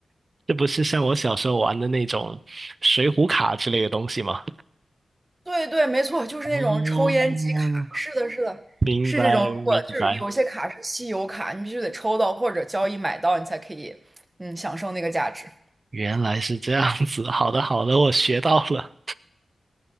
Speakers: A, on the right; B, on the right.
A: 这不是像我小时候玩的那种水浒卡之类的东西吗？
B: 对对，没错，就是那种抽烟集卡，
A: 哦，
B: 是的，是的，
A: 明白明白，
B: 是这种。如果就是有些卡是稀有卡，你必须得抽到或者交易买到，你才可以，嗯，享受那个价值。
A: 原来是这样子。好的好的，我学到了。